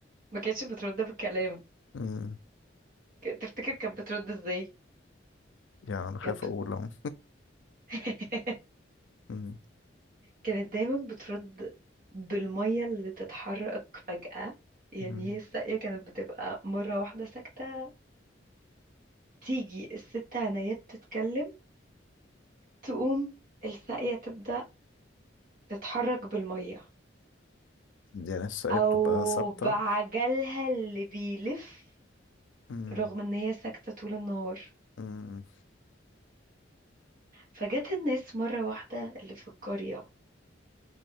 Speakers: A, on the right (about 45°); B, on the left (about 80°).
A: ما كانتش بترد بالكلام
B: مم.
A: ك- تفتكر كانت بترد ازاي
B: يعني انا خايف
A: كانت
B: اقول
A: بت...
B: اهو
A: <laughs>
B: <laughs>
A: كانت دايما بترد بالمية اللي تتحرك فجأة يعني
B: مم.
A: هي الساقية كانت بتبقى مرة واحدة ساكتة تيجي الست عنايات تتكلم تقوم الساقية تبدأ تتحرك بالمية
B: يعني الشقية
A: او
B: بتبقى ثابتة
A: بعجلها اللي بيلف
B: أمم،
A: رغم ان هي ساكتة طول النهار
B: أمم،
A: فجت الناس مرة واحدة اللي في القرية